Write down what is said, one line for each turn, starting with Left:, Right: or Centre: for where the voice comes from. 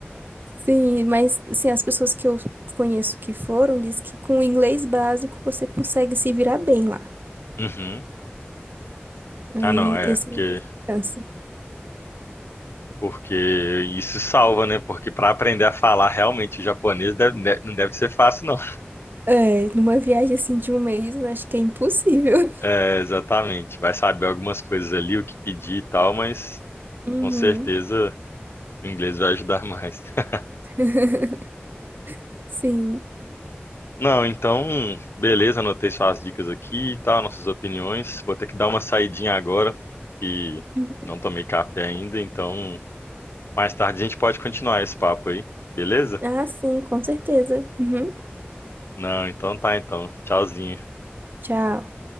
Right: Sim, mas assim, as pessoas que eu conheço que foram diz que com o inglês básico você consegue se virar bem lá.
Left: Uhum.
Right: Aí
Left: Ah, não, é,
Right: esse
Left: porque
Right: é a minha esperança.
Left: porque isso salva, né? Porque para aprender a falar realmente japonês deve- ne- não deve ser fácil, não.
Right: É, numa viagem assim de um mês, eu acho que é impossível. <laughs>
Left: É, exatamente. Vai saber algumas coisas ali, o que pedir e tal, mas
Right: Uhum.
Left: com certeza O inglês vai ajudar mais. <laughs>
Right: <laughs> Sim.
Left: Não, então, beleza, anotei suas dicas aqui e tal, nossas opiniões. Vou ter que dar uma saidinha agora e
Right: Uhum.
Left: não tomei café ainda, então mais tarde a gente pode continuar esse papo aí, beleza?
Right: Ah, sim, com certeza. Uhum.
Left: Não, então tá, então. Tchauzinho.
Right: Tchau.